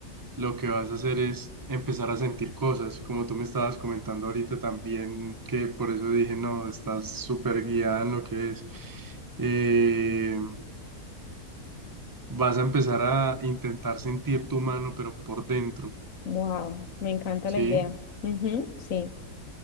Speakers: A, on the right; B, on the left.
A: lo que vas a hacer es empezar a sentir cosas, como tú me estabas comentando ahorita también, que por eso dije, no, estás súper guiada en lo que es. Eh, vas a empezar a intentar sentir tu mano, pero por dentro,
B: wow, me encanta
A: ¿sí?
B: la idea. Ujú, sí,